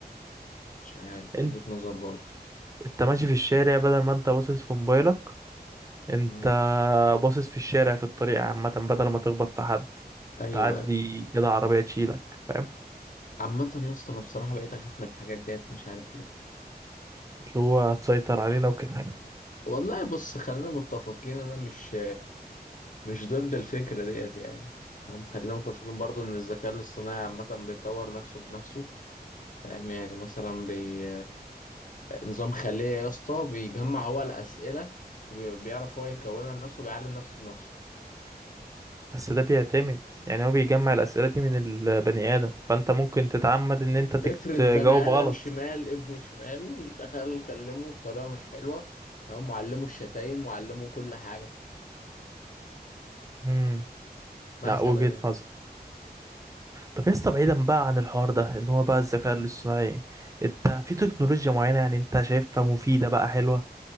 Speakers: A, on the left; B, on the right.
A: مش عارف
B: انت
A: وجهة نظر برضه
B: انت ماشي في الشارع بدل ما انت باصص في موبايلك انت
A: مم.
B: باصص في الشارع في الطريق عامة بدل ما تخبط في حد
A: ايوه
B: تعدي
A: أيوة.
B: كده عربية تشيلك فاهم
A: عامة يا اسطى انا بصراحة بقيت اخاف من الحاجات ديت مش عارف ليه
B: اللي هو تسيطر علينا وكده
A: والله بص خلينا متفقين انا مش مش ضد الفكرة ديت يعني هم خلينا متفقين برضه ان الذكاء الاصطناعي عامة بيطور نفسه بنفسه فاهم يعني مثلا بي نظام خلية يا اسطى بيجمع هو الأسئلة وبيعرف هو يكونها لنفسه بيعلم نفسه بنفسه
B: بس ده بيعتمد يعني هو بيجمع الأسئلة دي من البني آدم فأنت ممكن تتعمد إن أنت تك-
A: افرض
B: تجاوب
A: بني آدم
B: غلط
A: شمال ابن شمال دخل كلمه بطريقة مش حلوة تمام وعلمه الشتايم وعلمه كل حاجة
B: امم
A: مثلا
B: لا وجهة
A: يعني
B: نظر طب يا اسطى بعيدا بقى عن الحوار ده إن هو بقى الذكاء الاصطناعي أنت في تكنولوجيا معينة يعني أنت شايفها مفيدة بقى حلوة